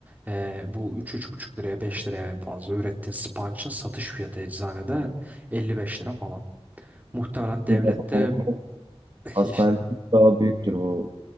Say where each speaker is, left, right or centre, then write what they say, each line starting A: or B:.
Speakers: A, on the right; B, on the right.
A: ee, bu üç buçuk liraya 5 liraya en fazla ürettiğin spançın satış fiyatı eczanede 55 lira falan. Muhtemelen devlette
B: Hastanede,
A: <laughs>
B: hastanede
A: işte
B: çok daha büyüktür bu